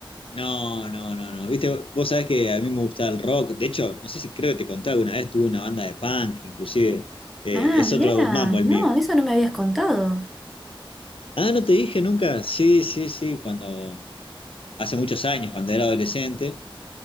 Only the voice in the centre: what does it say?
Ah,
mirá,
no,
eso no me habías contado.